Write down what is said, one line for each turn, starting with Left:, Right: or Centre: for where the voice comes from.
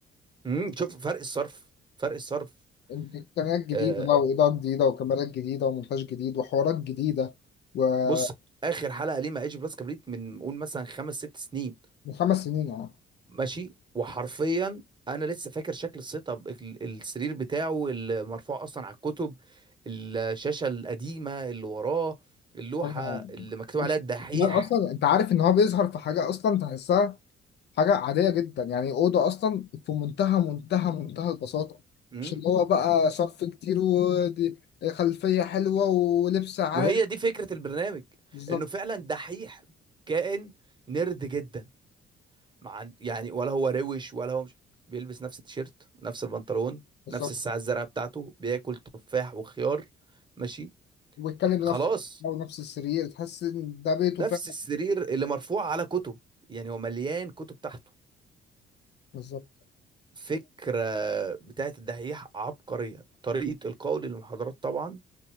Right: امم شوف فرق الصرف فرق الصرف
Left: انت امكانيات جديده
Right: آه
Left: بقى واضاءات جديده وكاميرات جديده ومونتاج جديد وحوارات جديده ومن
Right: بص اخر حلقه ليه مع ايجي بلس كبريت من قول مثلا خمس ست سنين
Left: خمس سنين اه
Right: ماشي وحرفيا انا لسه فاكر شكل السيت اب ال- السرير بتاعه المرفوع اصلا على الكتب الشاشه القديمه اللي وراه اللوحه
Left: حاجه
Right: اللي مكتوب
Left: مش-
Right: عليها الدحيح
Left: كمان اصلا انت عارف ان هو بيظهر في حاجه اصلا تحسها حاجه عاديه جدا يعني اوضه اصلا في منتهى منتهى منتهى البساطه
Right: امم
Left: مش اللي هو بقى صرف كتير ودي خلفيه حلوه ولبس عالي
Right: وهي دي فكره البرنامج
Left: بالظبط
Right: انه فعلا دحيح كائن نرد جدا ما عن... يعني ولا هو روش ولا هو مش بيلبس نفس التيشيرت نفس البنطلون
Left: بالظبط
Right: نفس الساعة الزرقاء بتاعته بياكل تفاح وخيار ماشي
Left: وبيتكلم بنفسه
Right: خلاص
Left: هو نفس السرير تحس ان ده بيته
Right: نفس
Left: فعلا
Right: السرير اللي مرفوع على كتب يعني هو مليان كتب تحته
Left: بالظبط
Right: فكرة بتاعت الدحيح عبقرية طريقة القول للمحاضرات طبعا